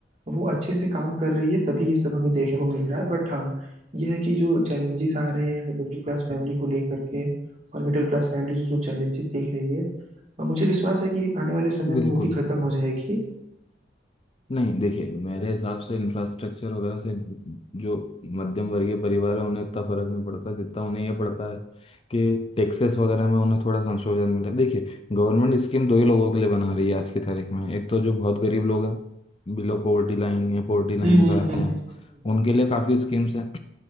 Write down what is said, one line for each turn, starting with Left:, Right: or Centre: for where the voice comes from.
Right: वो अच्छे से काम कर रही है तभी ये सब हमें देखने को मिल रहा है बट हाँ ये है कि जो चैलेंजेस आ रहे हैं मिडिल क्लास फैमिली को लेकर के और मिडिल क्लास फैमिली जो जो चैलेंजेस देख रही है और मुझे विश्वास है कि आने वाले समय में
Left: बिल्कुल
Right: वो भी खत्म हो जाएगी
Left: नहीं देखिए मेरे हिसाब से इंफ्रास्ट्रक्चर वगैरह से जो मध्यम वर्गीय परिवार है उन्हें उतना फर्क नहीं पड़ता जितना उन्हें यह पड़ता है कि टैक्सेस वगैरह में उन्हें थोड़ा संशोधन मिले देखिए गवर्नमेंट स्कीम दो ही लोगों के लिए बना रही है आज की तारीख में एक तो जो बहुत गरीब लोग हैं बिलो पॉवर्टी लाइन या पॉवर्टी लाइन
Right: हम्म हम्म
Left: पे आते
Right: हम्म
Left: हैं
Right: हम्म
Left: उनके लिए काफ़ी स्कीम्स हैं